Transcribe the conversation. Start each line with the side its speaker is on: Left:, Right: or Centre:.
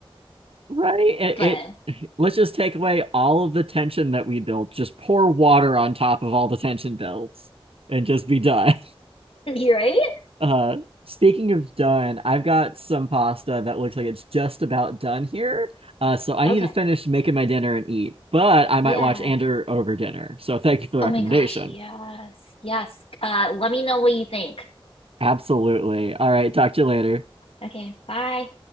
Right: Right? It,
Left: but
Right: it let's just take away all of the tension that we built. Just pour water on top of all the tension builds and just be done.
Left: <laughs> you're right
Right: Uh, speaking of done, I've got some pasta that looks like it's just about done here. Uh, so I
Left: okay
Right: need to finish making my dinner and eat, but I might
Left: yeah
Right: watch Andor over dinner. So thank you for the
Left: oh
Right: recommendation.
Left: my gosh yes yes uh let me know what you think
Right: Absolutely. All right, talk to you later.
Left: okay bye